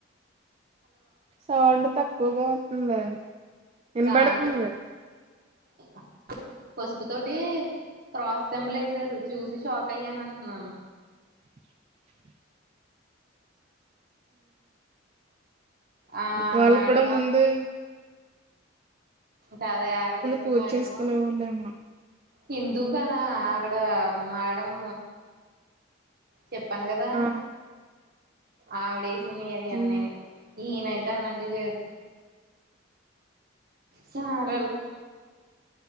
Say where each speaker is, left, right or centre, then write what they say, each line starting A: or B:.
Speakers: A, on the right (about 30°); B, on the right (about 50°).
A: సౌండు తక్కువగా వస్తుందే వినపడుతుంది
B: కాదు <inaudible> పసుపు తోటి క్రాస్ సింబుల్ వేసారు చూసి షాక్ అయ్యాను అంటున్నాను
A: <inaudible>
B: ఆ
A: వాళ్ళు
B: మేడం
A: కూడా ముందే
B: కాదా ఎక్కడ చేసామో
A: పూజ
B: అడమా
A: చేసుకునే వాళ్ళేమో
B: హిందు కదా అక్కడ మేడం చెప్పాను కదా
A: ఆ
B: ఆవిదేసినివి అయి
A: ఉమ్
B: అన్నియు ఈయనైతే అలాంటివి చేయడు సరేలే